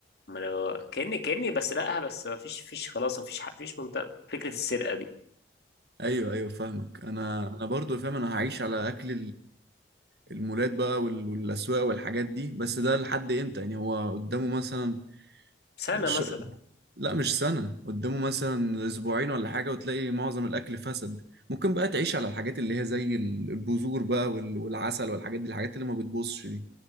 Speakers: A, on the left (about 55°); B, on the right (about 55°).
A: ما انا كاني كاني بسرقها بس مفيش فيش خلاص مفيش ح- مفيش منطقة فكرة السرقة دي
B: ايوه ايوه فاهمك انا انا برضو فاهم انا هعيش على اكل المولات بقى وال- والاسواق والحاجات دي بس ده لحد امتى يعني هو قدامه مثلا
A: سنة
B: ش...
A: مثلا
B: لا مش سنة قدامه مثلا اسبوعين ولا حاجة وتلاقي معظم الاكل فسد ممكن بقى تعيش على الحاجات اللي هي زي ال- البذور بقى وال- والعسل والحاجات دي الحاجات اللي ما بتبوظش دي